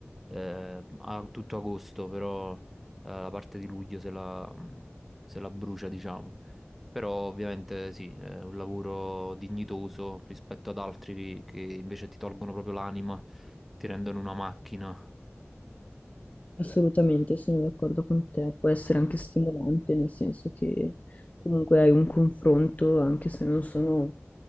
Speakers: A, in the centre; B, on the left (about 35°).
A: eh, a tutto agosto, però eh, la parte di luglio se la, se la brucia, diciamo. Però ovviamente sì, è un lavoro dignitoso rispetto ad altri che che invece ti tolgono proprio l'anima e ti rendono una macchina.
B: Assolutamente, sono d'accordo con te. Può essere anche stimolante, nel senso che comunque hai un confronto, anche se non sono